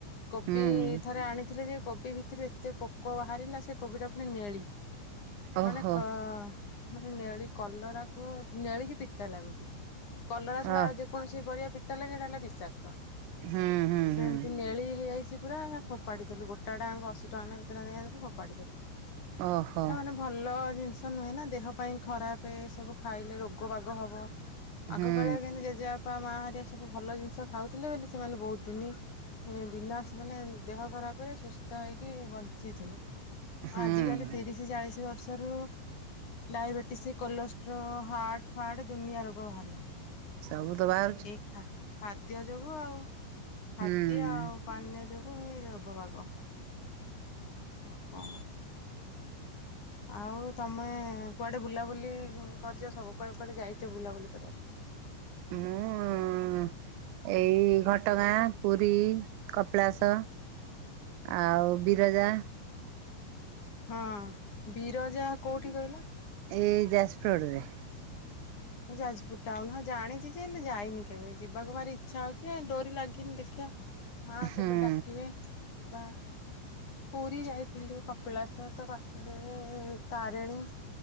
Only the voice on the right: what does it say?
ହୁଁ
ଓହୋ
ଅ
ହୁଁ ହୁଁ
ହୁଁ
ଓହୋ।
ହୁଁ
ହୁଁ
ସବୁ ତ ବାହା
ହୁଁ
ମୁଁ ଏଇ ଘଟଗାଁ, ପୁରୀ, କପିଳାସ ଆଉ ବିରଜା
ଏଇ ଯାଜ ଫଡ଼ରେ।
ହୁଁ